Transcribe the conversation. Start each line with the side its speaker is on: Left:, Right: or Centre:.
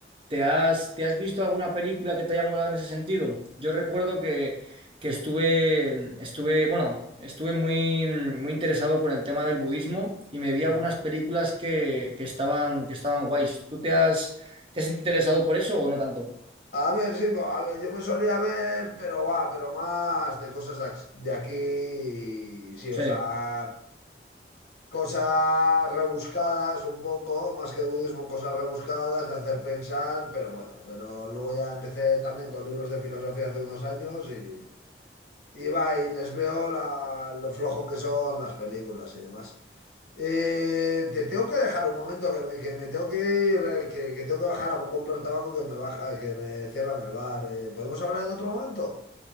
Right: ¿Te has, te has visto alguna película que te haya molado en ese sentido? Yo recuerdo que, que estuve, mm, estuve, bueno, estuve muy, mm, muy interesado con el tema del budismo y me vi
Left: Ah.
Right: algunas películas que, que estaban, que estaban guays. ¿Tú te has, te has interesado por eso o no tanto?
Left: A ver, sí, bo- a ver, yo me solía ver, pero va, pero más de cosas de ac- de aquí, sí,
Right: Sí,
Left: o sea, cosas rebuscadas un poco, más que budismo, cosas rebuscadas de hacer pensar, pero bueno, pero luego ya empecé también con libros de filosofía hace unos años y, y va, y les veo la- lo flojo que son las películas y demás. Eh, te tengo que dejar un momento que me, que me tengo que ir, eh, que, que tengo que bajar a comprar tabaco que me baja, que me cierran el bar. Eh, ¿podemos hablar en otro momento?